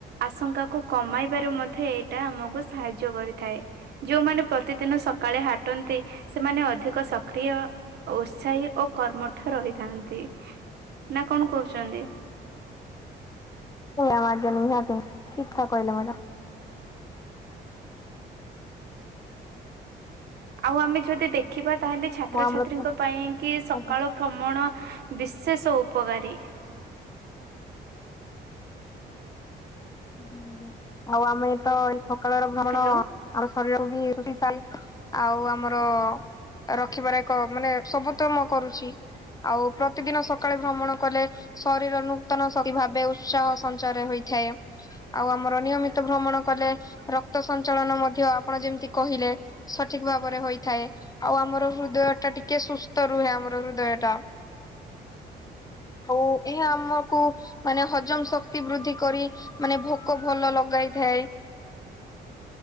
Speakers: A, on the right; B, on the left.
A: ଆଶଙ୍କା କୁ କମାଇବାରେ ମଧ୍ୟ ଏଇଟା ଆମକୁ ସାହାଯ୍ୟ କରିଥାଏ। ଯୋଉମାନେ ପ୍ରତିଦିନ ସକାଳେ ହାଟନ୍ତି ସେମାନେ ଅଧିକ ସକ୍ରିୟ ଉତ୍ସାହି ଓ କର୍ମଠ ରହିଥାନ୍ତି ନା କଣ କହୁଛନ୍ତି?
B: ଆଜ୍ଞା <inaudible> ନିହାତି ଠିକ୍ ତ କହିଲେ ମ୍ୟାଡ଼ାମ।
A: ଆଉ ଆମେ ଯଦି ଦେଖିବା ତାହେଲେ ଛାତ୍ରଛାତ୍ରୀଙ୍କ
B: ଆଉ ଆମର
A: ପାଇଁ କି ସକାଳୁ
B: ଆଜ୍ଞା
A: ଭ୍ରମଣ ବିଶେଷ ଉପକାରୀ।
B: ଆଜ୍ଞା ଆଜ୍ଞା ଆଉ ଆମେ ତ ଏଇ ସକାଳର ଭ୍ରମଣ
A: ହ୍ୟାଲୋ
B: ଆମ ଶରୀରକୁ ବି ସଲ୍ ଆଉ ଆମର ରଖିବାର ଏକ ମାନେ ସବୁ ତ ମୁଁ କରୁଚି। ଆଉ ପ୍ରତିଦିନ ସକାଳେ ଭ୍ରମଣ କଲେ ଶରୀର ନୂତନ ଶକ୍ତି ଭାବେ ଉତ୍ସାହ ସଞ୍ଚାର ହୋଇଥାଏ। ଆଉ ଆମର ନିୟମିତ ଭ୍ରମଣ କଲେ ରକ୍ତ ସଞ୍ଚାଳନ ମଧ୍ୟ ଆପଣ ଯେମିତି କହିଲେ ସଠିକ ଭାବରେ ହୋଇଥାଏ ଆଉ ଆମର ହୃଦୟ ଟା ଟିକେ ସୁସ୍ଥ ରୁହେ ଆମର ହୃଦୟ ଟା। ହୋଊ ଏହା ଆମକୁ ମାନେ ହଜମ ଶକ୍ତି ବୃଦ୍ଧି କରି ମାନେ ଭୋକ ଭଲ ଲଗାଇଥାଏ।